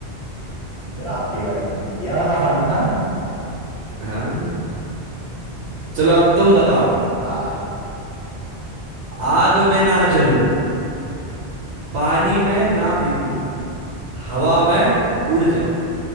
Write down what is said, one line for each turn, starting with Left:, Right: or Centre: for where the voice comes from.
Left: आपकी बारी ये वाला तो आसान था ना
Right: हाँ चलो अब तुम बताओ
Left: हाँ
Right: आग में ना जलूं पानी में ना भीगू हवा में उड़ जाऊं